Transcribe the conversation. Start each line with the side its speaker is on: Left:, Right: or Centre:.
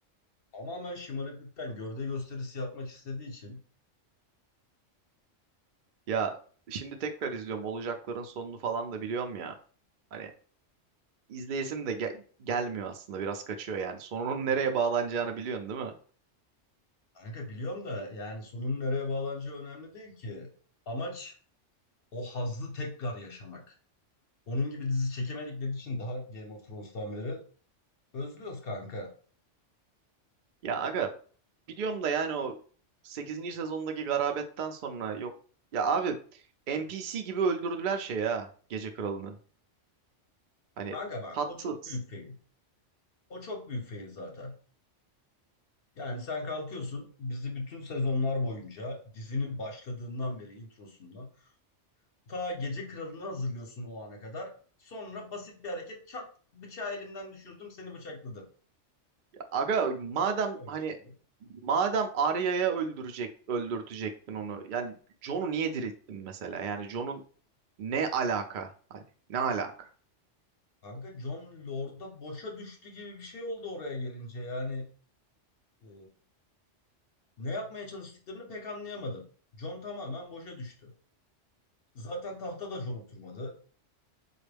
Left: Tamamen şımarıklıktan gövde gösterisi yapmak istediği için.
Right: Ya şimdi tekrar izliyorum olacakların sonunu falan da biliyorum ya hani izleyesim de ge- gelmiyor aslında biraz kaçıyor yani sonunun nereye bağlanacağını biliyorsun değil mi?
Left: Kanka biliyorum da yani sonun nereye bağlanacağı önemli değil ki. Amaç o hazzı tekrar yaşamak. Onun gibi dizi çekemedikleri için daha Game of Thrones'tan beri özlüyoruz kanka.
Right: Ya aga biliyorum da yani o sekizinci sezondaki garabetten sonra yok ya abi NPC gibi öldürdüler şey ya Gece Kralı'nı hani
Left: Kanka bak
Right: tatsız.
Left: o çok büyük fail. O çok büyük fail zaten. Yani sen kalkıyorsun bizi bütün sezonlar boyunca dizinin başladığından beri introsundan ta Gece Kralı'nı hazırlıyorsun o ana kadar. Sonra basit bir hareket çat bıçağı elimden düşürdüm seni bıçakladım.
Right: Aga madem
Left: Oldu mu öyle
Right: hani
Left: şey bu?
Right: madem Arya'ya öldürecek öldürtecektin onu. Yani Jon'u niye dirilttin mesela? Yani Jon'un ne alaka? Hani ne alaka?
Left: Kanka Jon Lord'a boşa düştü gibi bir şey oldu oraya gelince yani e, ne yapmaya çalıştıklarını pek anlayamadım. Jon tamamen boşa düştü. Zaten tahta da John oturmadı.